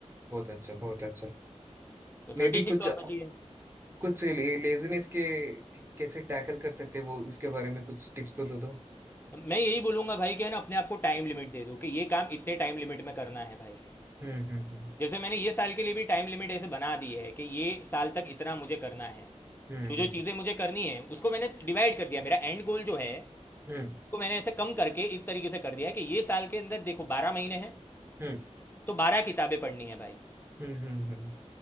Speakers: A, on the right; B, on the left.
A: बहुत अच्छा बहुत अच्छा
B: तो
A: मे
B: थर्टी
A: भी
B: सिक्स
A: कुछ
B: और बची है
A: कुछ ले, लेजीनेस के कैसे टैकल कर सकते हैं, वो उसके बारे में कुछ टिप्स तो दे दो
B: मैं यही बोलूंगा भाई कि है ना अपने आप को टाइम लिमिट दे दो कि ये काम इतने टाइम लिमिट में करना है भाई
A: हम्म हम्म हम्म
B: जैसे मैंने ये साल के लिए भी टाइम लिमिट ऐसे बना दी है कि ये साल तक इतना मुझे करना है
A: हम्म
B: जो जो
A: हम्म
B: चीज़ें मुझे करनी है उसको मैंने डिवाइड कर दिया मेरा एंड गोल जो है
A: हम्म
B: उसको मैंने ऐसे कम करके इस तरीके से कर दिया है कि ये साल के अंदर देखो बारह महीने हैं
A: हम्म
B: तो बारह किताबें पढ़नी है भाई
A: हम्म हम्म हम्म,